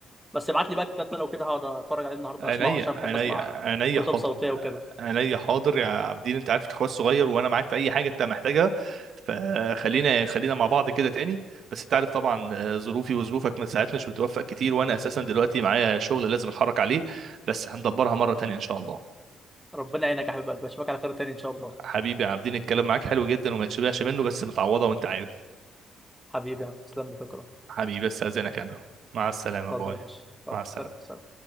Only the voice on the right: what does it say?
عينيا
عينيا
عينيا
حاضر
عينيا حاضر يا عابدين انت عارف اخويا الصغير وانا معاك في اي حاجه انت محتاجها فخلينا خلينا مع بعض كده تاني بس انت عارف طبعا آه، ظروفي وظروفك من ساعات مش بتوفق كتير وانا اساسا دلوقتي معايا شغل لازم اتحرك عليه بس هندبرها مره تانيه ان شاء الله
حبيبي يا عابدين الكلام معاك حلو جدا وما يتشبعش منه بس متعوضه وانت عارف
حبيبي بس اذنك انا مع السلامه باي
مع السلامه